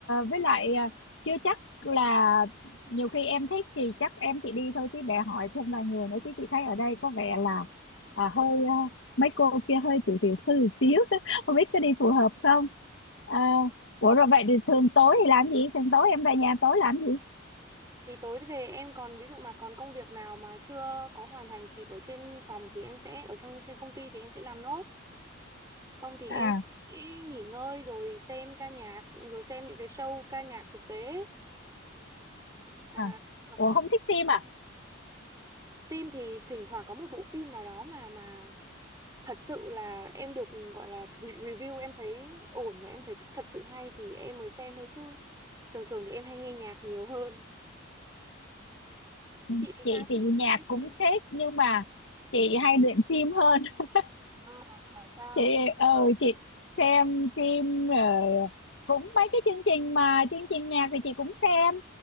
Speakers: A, on the left (about 65°); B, on the right (about 15°).
A: với lại à, chưa chắc là nhiều khi em thích thì chắc em chỉ đi thôi chứ để hỏi thêm vài người nữa chứ chị thấy ở đây có vẻ là à, hơi ờ, mấy cô kia hơi tiểu tiểu thư một xíu <laughs> không biết có đi phù hợp không Ờ, ủa rồi vậy thì thường tối thì làm gì thường tối em về nhà tối làm gì
B: thì tối về em còn ví dụ mà còn công việc nào mà chưa có hoàn thành kịp ở trên phòng thì em sẽ ở trong trên công ty thì em sẽ làm nốt Không thì em
A: à
B: sẽ nghỉ ngơi rồi xem ca nhạc, rồi xem những cái show ca nhạc thực tế. Hay
A: à
B: Hoặc,
A: ủa
B: hoặc
A: không thích phim à
B: phim thì thỉnh thoảng có một bộ phim nào đó mà mà thật sự là em được gọi là re- review em thấy ổn mà em thấy thật sự hay thì em mới xem thôi chứ. Thường thường thì em hay nghe nhạc nhiều hơn.
A: Ừ,
B: Chị thì
A: chị
B: sao?
A: thì
B: Chị,
A: nhạc
B: chị thích
A: cũng
B: phim không?
A: thích nhưng mà chị hay luyện phim hơn <laughs>
B: À, và sao?
A: chị ờ chị xem phim rồi cũng mấy cái chương trình mà chương trình nhạc thì chị cũng xem